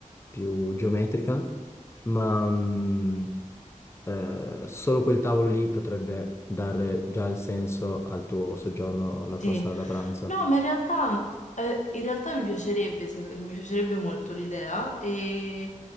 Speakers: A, on the left; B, on the left.
A: più geometrica, ma mm, eh, solo quel tavolo lì potrebbe dare già il senso al tuo soggiorno, alla
B: Sì,
A: tua sala da pranzo.
B: no, ma in realtà, eh, in realtà mi piacerebbe, se- mi piacerebbe molto l'idea e